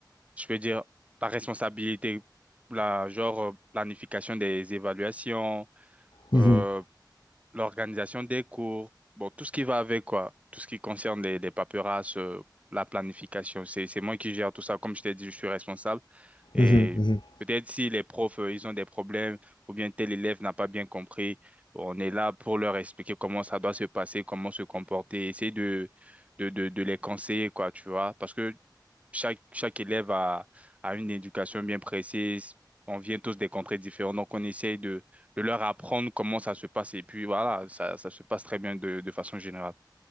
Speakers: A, on the right (about 15°); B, on the left (about 80°).
A: je peux dire, la responsabilité, la, genre euh, planification des évaluations,
B: Mhm,
A: euh, l'organisation des cours, bon, tout ce qui va avec quoi, tout ce qui concerne les, les paperasses, euh, la planification, c'est, c'est moi qui gère tout ça. Comme je t'ai dit, je suis responsable. Et
B: mhm, mhm.
A: peut-être si les profs, euh, ils ont des problèmes ou bien tel élève n'a pas bien compris, on est là pour leur expliquer comment ça doit se passer, comment se comporter, essayer de, de, de, de les conseiller, quoi, tu vois. Parce que chaque, chaque élève a, a une éducation bien précise. On vient tous des contrées différentes, donc on essaye de, de leur apprendre comment ça se passe. Et puis voilà, ça, ça se passe très bien de, de façon générale.